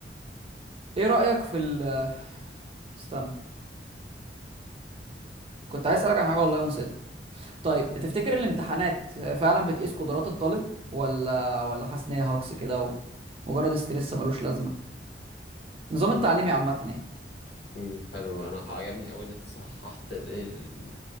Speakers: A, on the right (about 30°); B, on the left (about 65°).
A: ايه رايك في ال آه، استنى كنت عايز اسالك عن حاجه والله ونسيتها طيب تفتكر الامتحانات آه، فعلا بتقيس قدرات الطالب ولا ولا حاسس ان هي هاكس كده ومجرد استرس ملوش لازمه نظام التعليمي عامه يعني
B: مم. حلو انا عجبني قوي ان انت صححت الايه ال-